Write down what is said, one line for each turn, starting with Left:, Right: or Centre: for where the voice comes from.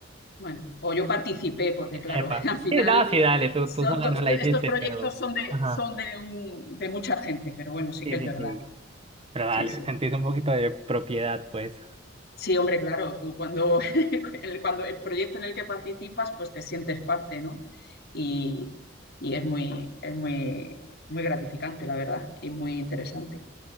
Left: Bueno, o yo participé, porque claro,
Right: Epa.
Left: <laughs> al final
Right: Sí, no, sí, dale, tú,
Left: son
Right: tú sola
Left: to-
Right: no la hiciste,
Left: estos proyectos
Right: pero...
Left: son de,
Right: Ajá.
Left: son de, un, de mucha gente, pero bueno, sí
Right: Sí,
Left: que es
Right: sí,
Left: verdad.
Right: sí. Pero dale,
Left: Sí, sí.
Right: sentís un poquito de propiedad, pues.
Left: Sí, hombre, claro, tú cuando <laughs> el, cuando el proyecto en el que participas, pues te sientes parte, ¿no? Y, y es muy, es muy, muy gratificante, la verdad, y muy interesante.